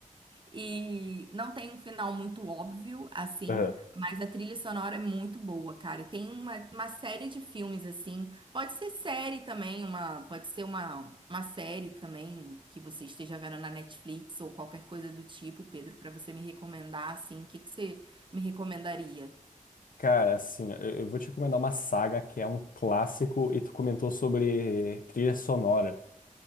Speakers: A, on the right; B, on the left.
A: E não tem um final muito óbvio, assim,
B: Uhum.
A: mas a trilha sonora é muito boa, cara. E tem uma, uma série de filmes, assim. Pode ser série também, uma, pode ser uma, uma série também que você esteja vendo na Netflix ou qualquer coisa do tipo, Pedro, pra você me recomendar, assim. O que que você me recomendaria?
B: Cara, assim, eu, eu vou te recomendar uma saga que é um clássico e tu comentou sobre trilha sonora.